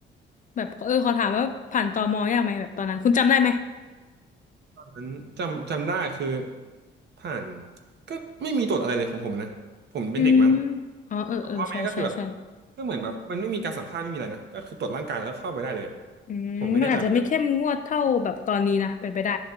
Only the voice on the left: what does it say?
แบบเออขอถามว่าผ่านตมยากไหมแบบตอนนั้นคุณจำได้ไหม
อืมอ๋อเออเออใช่ใช่ใช่
อืมมันอาจจะไม่เข้มงวดเท่าแบบตอนนี้นะเป็นไปได้